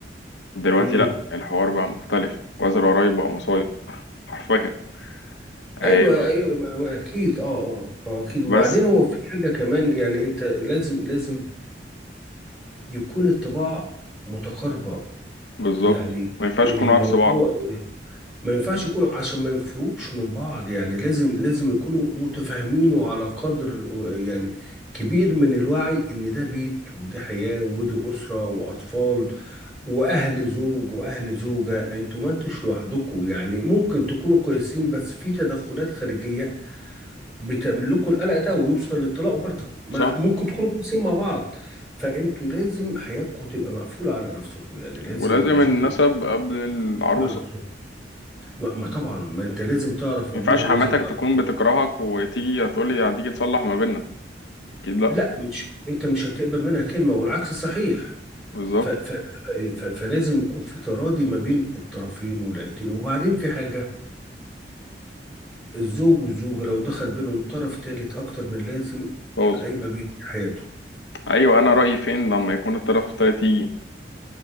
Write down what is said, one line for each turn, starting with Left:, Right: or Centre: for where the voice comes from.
Left: دلوقتي
Centre: امم
Left: لا الحوار بقى مختلف الجواز القريب بقى مصايب حرفيا آه،
Centre: ايوه ايوه ما ما اكيد اه اه ما اكيد وبعدين
Left: بس
Centre: هو في حاجه كمان يعني انت لازم لازم يكون الطباع متقاربه
Left: بالظبط
Centre: يعني
Left: ما ينفعش
Centre: الموضوع
Left: يكونوا عكس بعض
Centre: ما ينفعش يكونوا عشان ما ينفروش من بعض يعني لازم لازم يكونوا متفاهمين وعلى قدر يعني كبير من الوعي ان ده بيت ودي حياة ودي أسرة وأطفال وأهل زوج وأهل زوجة انتوا ما انتش لوحدكم يعني ممكن تكونوا كويسين بس في تدخلات خارجية بتعمل لكم القلق ده ويوصل للطلاق برضك ما
Left: صح
Centre: ممكن تكونوا كويسين مع بعض فانتوا لازم حياتكم تبقى مقفولة على نفسكم يعني لازم
Left: ولازم
Centre: الزوج
Left: النسب قبل العروسة
Centre: يبقى على نفسه ما ما طبعا ما انت لازم تعرف
Left: ما
Centre: ابوها
Left: ينفعش حماتك
Centre: لازم تعرف
Left: تكون بتكرهك وتيجي هتقولي هتيجي تصلح ما بيننا اكيد لا
Centre: لا مش انت مش هتقبل منها كلمه والعكس صحيح
Left: بالظبط
Centre: ف ف ف فلازم يكون في تراضي ما بين الطرفين والعيلتين وبعدين في حاجه الزوج والزوجه لو دخل بينهم طرف ثالث اكتر من لازم
Left: خلاص
Centre: هيبقى بيه حياتهم
Left: ايوه انا رأيي فين لما يكون الطرف التالت يجي